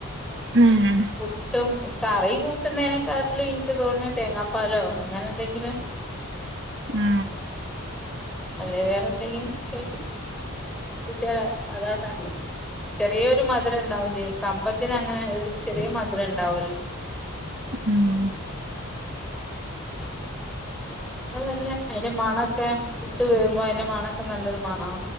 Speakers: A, on the right (about 55°); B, in the centre.
A: ആഹ്
B: പുട്ടും കറി കൂട്ടുന്നേനെക്കാട്ടില് ഇനിക്ക് തോന്ന്ണേ തേങ്ങാപ്പാലോ അങ്ങനെന്തെങ്കിലും
A: ഉം
B: അല്ലെ വേറെ എന്തെങ്കിലും ചെ കുട്ടികള അതാന്നല്ലേ ചെറിയൊരു മധുരംണ്ടാവും ചെയ്യും കമ്പത്തിന അങ്ങനെ ഒരു ചെറിയ മധുരം ഉണ്ടാവുമല്ലോ
A: ഉം
B: അതല്ല അതിന്റെ മണൊക്കെ പുട്ട് വേവുമ്പോ അതിന്റെ മണൊക്കെ നല്ലൊരു മണോ